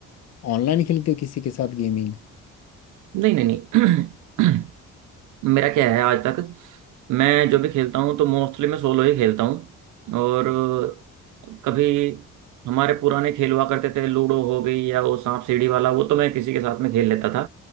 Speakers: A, on the left; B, on the right.
A: ऑनलाइन खेलते हो किसी के साथ गेमिंग
B: नहीं नहीं नहीं <clears throat> मेरा क्या है आज तक मैं जो भी खेलता हूँ तो मोस्टली मैं सोलो ही खेलता हूँ और अ, कभी हमारे पुराने खेल हुआ करते थे लूडो हो गई या वो सांप सीढ़ी वाला वो तो मैं किसी के साथ में खेल लेता था